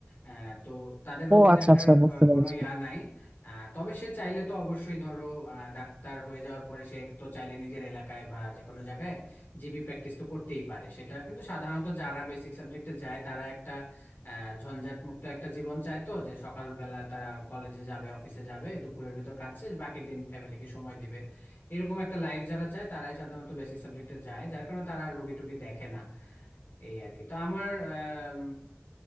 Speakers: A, on the left; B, on the right.
A: আহ, তো তাদের রোগী
B: ও আচ্ছা
A: দেখার
B: আচ্ছা বুঝতে
A: আহ,
B: পেরেছি
A: কোনো ইয়া নাই আহ, তবে সে চাইলে তো অবশ্যই ধরো আহ, ডাক্তার হয়ে যাওয়ার পরে সে তো চাইলে নিজের এলাকায় বা যে কোনো জায়গায় জিবি প্র্যাকটিস তো করতেই পারে সেটা কিন্তু সাধারণত যারা বেসিক সাবজেক্টে যায় তারা একটা আহ, ঝঞ্ঝাট মুক্ত একটা জীবন চায় তো যে সকালবেলা তারা কলেজে যাবে অফিসে যাবে দুপুরের ভিতর কাজ শেষ বাকি দিন ফ্যামিলিকে সময় দিবে এরকম একটা লাইফ যারা চায় তারাই সাধারণত বেসিক সাবজেক্টে যায় যার কারণে তারা আর রোগী টোগী দেখে না এই আর কি তো আমার আম,